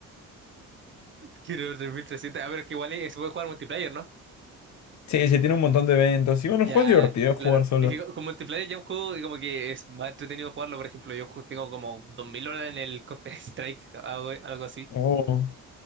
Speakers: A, on the right (about 35°); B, on the left (about 55°).
A: Quiero 3300. A ver, que igual eh, se puede jugar multiplayer, ¿no?
B: Sí, sí, tiene un montón de eventos. Y bueno,
A: Ya,
B: el juego es divertido jugar
A: claro.
B: solo.
A: Es que con multiplayer ya un juego y como que es más entretenido jugarlo. Por ejemplo, yo ju- tengo como 2000 horas en el Counter-Strike, <laughs> algo, algo así.
B: Oh,